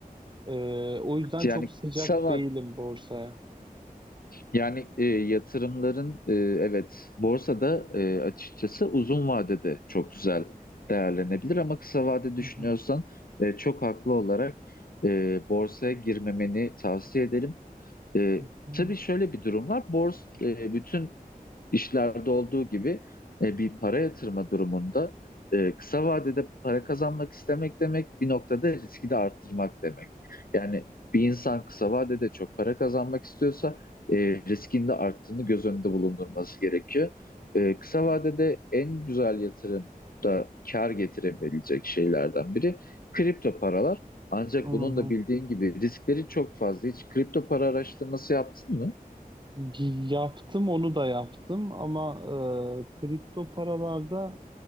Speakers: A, on the right; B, on the left.
A: E, o yüzden
B: Yani
A: çok sıcak
B: kısa vak-
A: değilim borsaya.
B: yani e, yatırımların e, evet borsada e, açıkçası uzun vadede çok güzel değerlenebilir ama kısa vade düşünüyorsan
A: Hı hı,
B: e, çok haklı olarak e, borsaya girmemeni tavsiye ederim. E,
A: hı
B: tabii şöyle bir durum var. bors e, bütün İşlerde olduğu gibi e, bir para yatırma durumunda e, kısa vadede para kazanmak istemek demek bir noktada riski de arttırmak demek. Yani bir insan kısa vadede çok para kazanmak istiyorsa e, riskin de arttığını göz önünde bulundurması gerekiyor. E, kısa vadede en güzel yatırım da kar getirebilecek şeylerden biri kripto paralar. Ancak
A: hı, hı
B: bunun da
A: hı.
B: bildiğin gibi riskleri çok fazla. Hiç kripto para araştırması yaptın mı?
A: Gi- Yaptım onu da yaptım ama e, kripto paralarda